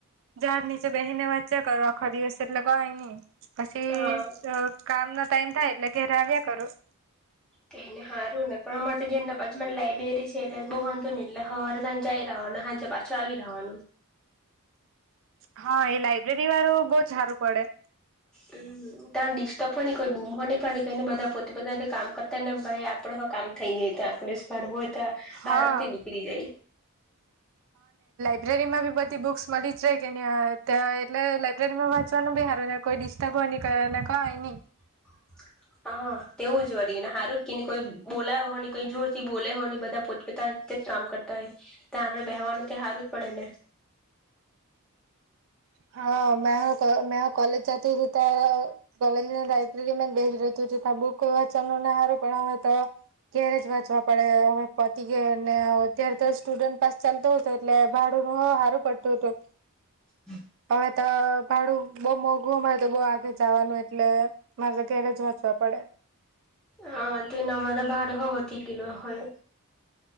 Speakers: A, on the right; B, in the centre.
A: જત નીચે બેહીને વાંચીયા કરુ આખો દિવસે એટલે કય નહી પછી
B: હા
A: કામ નો ટાઈમ થાય એટલે ઘેરે આવીયા કરું.
B: તેને સારું ને પણ અમારે તો ધ્યાના પાંચમાં લાઈબ્રેરી છે એટલે બહુ વાંધો નહી એટલે હરે તને જઈ રહ્યો ને સાંજે પાછો આવી રહ્યો ને. હમ.
A: હા એ લાઈબ્રેરી વાળું બહ સારું પડે.
B: હમ ત્યાં ડિસ્ટર્બ પણ કોઈ બૂમો પણને બધા પોતે પોતા કામ કરતા ને ભાઈ આપડો કામ થઈ જાય. ત્યા આંખરેસ પાડવું હોય તો
A: હા
B: આરામથી નીકળી જાય.
A: લાબ્રેરીમાં બી બધી બુક્સ મળી જાય કે નહી એટલે લાાઈબ્રેરી માં વાંચવાનો બી હારુને કોઈ ડિસ્ટર્બ હોની કરે ને કાઈ ની.
B: <unintelligible> હ તેવું જ વળીને હારું જ કે કોઈ બોલા હો કોઈ જોર થી બોલે હો બધા પોતપતા કામ કરતા હોય ત્યાં આપડણે બેહેવાનું ત્યા હારવું જ પડે ને.
A: હા મે હો મે હો કોલેજ જાતી તો કલેજ લાયબ્રેરીમાં <unintelligible> જો તા બુકઈ વાચન નને સારું પણે તો ક્યારે જ વાંચવા પડે પતી ગયાને. અત્યારે તો સ્ટુડન્ટ પાસ ચાલતો હતો એટલે હ હારું પડતું હતું.
B: હમ.
A: તમે તો ભાડું બઉુ મોંઘુંમારે તો બઉુ આગે જવાનું એટલે મારે ઘેરે જ વચવા પડે.
B: હ તેના માટે ભાડું વધી ગેલુ હોય.